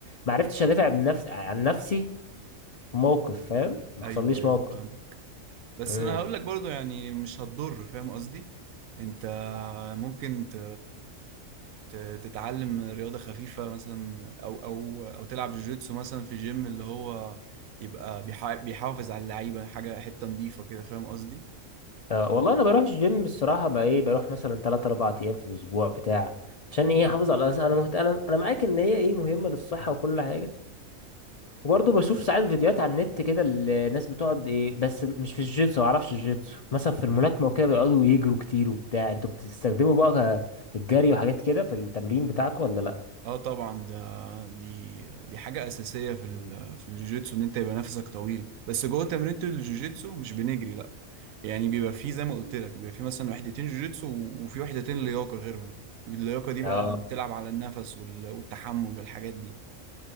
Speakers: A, on the left; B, on the right.
A: ما عرفتش ادافع عن نفسي عن نفسي موقف فاهم ما
B: أيوه
A: حصليش
B: أيوه
A: موقف
B: فاهمك بس
A: امم
B: أنا هقول لك برضو يعني مش هتضر فاهم قصدي أنت ممكن ت... ت... تتعلم رياضة خفيفة مثلا أو أو أو تلعب جوجيتسو مثلا في جيم اللي هو يبقى بيح... بيحافظ على اللعيبة حاجة حتة نظيفة كده فاهم قصدي
A: أه والله انا بروح الجيم الصراحه بقى ايه بروح مثلا 3 4 ايام في الاسبوع بتاع عشان ايه احافظ على الأس- انا مهت... انا انا معاك ان هي ايه مهمه للصحه وكل حاجه وبرضه بشوف ساعات فيديوهات على النت كده الناس بتقعد ايه بس مش في الجيتسو ما اعرفش الجيتسو مثلا في الملاكمه وكده بيقعدوا يجروا كتير وبتاع انتوا بتستخدموا بقى ك- الجري وحاجات كده في التمرين بتاعكم ولا لا
B: اه طبعا ده دي دي حاجه اساسيه في ال- في الجوجيتسو ان انت يبقى نفسك طويل بس جوه تمرينة الجوجيتسو مش بنجري لا يعني بيبقى فيه زي ما قلت لك بيبقى فيه مثلا وحدتين جوجيتسو و- وفي وحدتين لياقه غيرهم اللياقه دي بقى
A: اه
B: بتلعب على النفس وال- والتحمل والحاجات دي